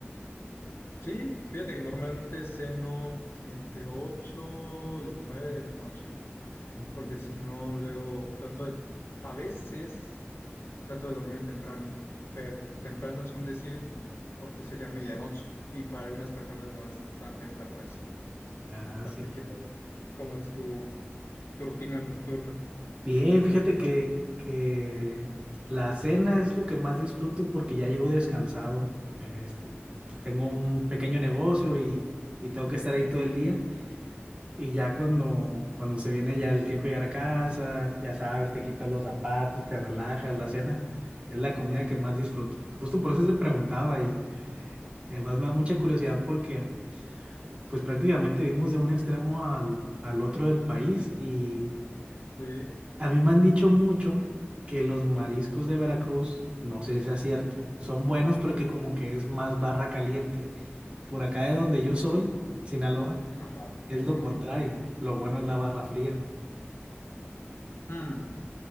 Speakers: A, on the left; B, on the right.
A: Sí, fíjate que normalmente ceno entre 8 y 9 de la noche,
B: Mm,
A: porque si no, luego trato de, a veces trato de dormir temprano, pero
B: mm.
A: temprano es un decir porque sería medianoche y para algunas personas no es tan temprano eso.
B: Ah,
A: ¿A
B: sí.
A: ti qué tal? ¿Cómo es tu, tu rutina nocturna?
B: Bien, fíjate que, que la cena es lo que más disfruto porque ya llego descansado. Este, pues tengo un pequeño negocio y, y tengo que estar ahí todo el día. Y ya cuando, cuando se viene ya el tiempo de llegar a casa, ya sabes, te quitas los zapatos, te relajas, la cena, es la comida que más disfruto. Justo por eso te preguntaba y además me da mucha curiosidad porque pues prácticamente vivimos de un extremo al, al otro del país y
A: Sí,
B: a mí me han dicho mucho que los mariscos de Veracruz, no sé si es cierto, son buenos pero que como que es más barra caliente. Por acá de donde yo soy, Sinaloa,
A: ajá,
B: es lo
A: dime.
B: contrario, lo bueno es la barra fría.
A: Hmm,